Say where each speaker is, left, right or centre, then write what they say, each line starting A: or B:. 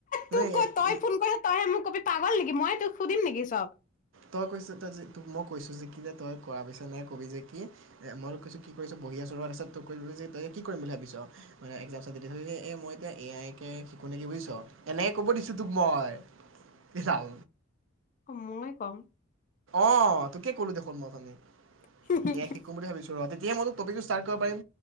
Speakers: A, on the left (about 40°); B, on the right (about 80°).
A: তোক
B: তই
A: ক
B: এ এই
A: ফোন কৰিছ তইহে মোক ক'বি, পাগল নেকি মই? তোক সুধিম নেকি চব?
B: তই কৈছ, তই যে তোক মই কৈছোঁ, যে কি যে তই কৰা পিছত এনেকে ক'বি যে, কি মই তোক কৈছোঁ? কি কৰিছ? বহি আছোঁ ৰ। তাৰপাছত তোক কবি যে, তই কি কৰিম বুলি ভাবিছ? মানে, একজামছৰ <unintelligible> মই এতিয়া এ আই কে শিকোঁ নেকি? বুজিছ? এনেকে ক'ব দিছোঁ তোক মই এইডাল।
A: অ' মই কম।
B: অঁ। তোকে ক'লো দেখোন মই, উঠনি!
A: কম
B: এ আই শিকো বুলি ভাবিছোঁ ৰ। তেতিয়া মই তোক টপিকটো ষ্টাৰ্ট কৰিব পাৰিম।